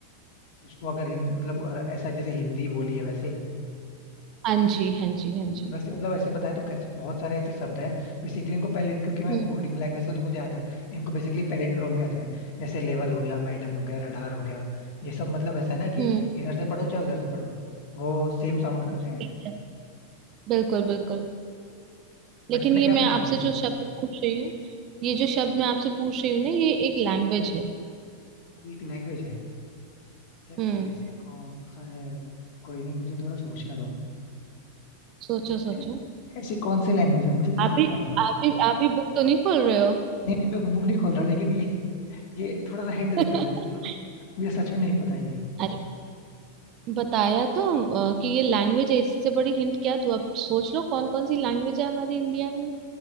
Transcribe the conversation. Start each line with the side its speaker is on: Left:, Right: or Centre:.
Left: इसको अगर हिंद मतलब अ, ऐसा जैसे हिंदी बोली है वैसे
Right: हाँ जी हाँ जी हाँ जी
Left: वैसे मतलब ऐसे बताए तो कैसे बहुत सारे ऐसे शब्द हैं बेसिकली इनको पैलिन क्योंकि मैं
Right: हम्म
Left: कोडिंग लैंग्वेज से हूं, तो मुझे याद है इनको बेसिकली पैलिंड्रोम कहते हैं जैसे लेवल हो गया मैडम हो गया रडार हो गया ये सब मतलब ऐसा है ना कि
Right: हम्म
Left: इधर से पढ़ो चाहे उधर से पढ़ो वो सेम साउंड करते हैं
Right: ठीक है। बिल्कुल बिल्कुल लेकिन
Left: बट आपने
Right: ये
Left: क्या
Right: मैं
Left: पूछा
Right: आपसे
Left: लेकिन
Right: जो शब्द पूछ रही हूँ ये जो शब्द मैं आपसे पूछ रही हूँ ना ये एक लैंग्वेज है
Left: ये एक लैंग्वेज है यार
Right: हम्म
Left: ऐसा कौन सा है कोई नहीं मुझे थोड़ा सोचने दो
Right: सोचो सोचो
Left: यार, ऐसी कौन सी लैंग्वेज है मुझे कैसे
Right: आप
Left: पता
Right: ही
Left: होगी
Right: आप ही आप ही बुक तो नहीं खोल रहे
Left: नहीं नहीं मैं बुक नहीं खोल रहा लेकिन ये ये थोड़ा सा हिंट दे
Right: हो
Left: दो यार मतलब
Right: <laughs>
Left: मुझे सच में नहीं पता ये
Right: अरे बताया तो अ, कि ये लैंग्वेज है इससे बड़ी हिंट क्या दूँ अब सोच लो कौन कौन सी लैंग्वेज है हमारी इंडिया में